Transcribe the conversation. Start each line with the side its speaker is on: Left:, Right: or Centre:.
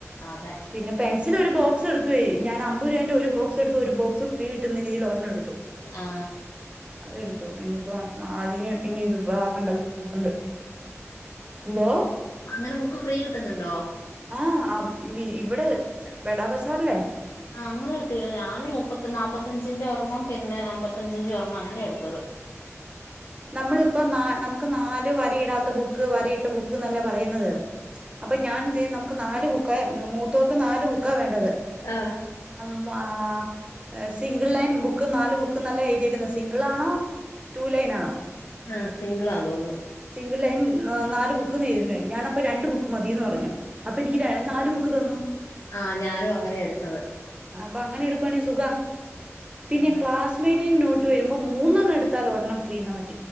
Left: അതെ
Right: പിന്ന പെൻസിൽ ഒരു ബോക് സൊറിപ്പെയ് ഞാനമ്പത് രു വന്റെ ഒര് ബോക്സെടുത്തു <unintelligible> ഒരു ബോക്സ് ഫ്രീ കിട്ടുന്ന രീതിൽ ഒരെണ്ണടുത്ത് ത്തു
Left: ആ
Right: അതെടുത്തു ഇനിപ്പോ <unintelligible> മാതിന് ഇന്നി ഇത് വാക്കണ്ടല്ലോ <unintelligible> <inaudible> ന്തോ <inaudible>
Left: അങ്ങനെ ബുക്ക് ഫ്രീ കിട്ടുന്നുണ്ടോ
Right: ആഹ് ആ ഇവി വ് ഇവിട്ബെടാ ബസാറിലേ
Left: ആ അങ്ങനെ കിട്ടീണ് ഞാന് മുപ്പത്തി നാപ്പത്തഞ്ചിന്റെ ഒരെണ്ണം പിന്നെ അമ്പത്തഞ്ചിന്റെ ഒരെണ്ണം അങ്ങനെ എടുത്തത്
Right: നമ്മളിപ്പോ നാ നമുക്ക് നാല് വരയിടാത്ത ബുക്ക് വരയിട്ട ബുക്ക് എന്നല്ലേ പറയുന്നത് അപ്പൊ ഞാൻ ന്ത്‌ ചെയ്യും നമു മുക്ക് നാല് ബുക്ക്‌ മൂത്തോക്ക് നാല് ബുക്കാ വേണ്ടത്
Left: ആ
Right: അമ്പ ആഹ് ഏഹ് സിംഗിൾ ലൈൻ ബുക്ക് നാല് ബുക്ക്ന്നല്ലേ എഴുതിയേക്കുന്ന സിംഗിൾ ആണോ റ്റു ലൈൻ ആണോ
Left: ആഹ് സിംഗിളാന്ന് തോന്നുന്നു
Right: ഗിൾ ലൈൻ നാല് ബുക്ക്ന്ന് എഴുതീണ് ഞാനപ്പ രണ്ട് ബുക്ക് മതീന്ന് പറഞ്ഞു അപ്പെനിക്യ് <unintelligible> ന്നാലുബുക് ക്ക് തന്നു
Left: ആഹ് ഞാനും അങ്ങനെ എടുത്തത്
Right: പ്പൊ അങ്ങനെ എടുക്കുവാണേ സുഖ പിന്നെ
Left: ആ
Right: ക്ലാസ്മേറ്റ് റ്റ് ഇന്നോട്ട് വരുമ്പോ മൂന്നെണ് എടുത്താൽ ഒരെണ്ണം ഫ്രീ ന്നാ മറ്റ്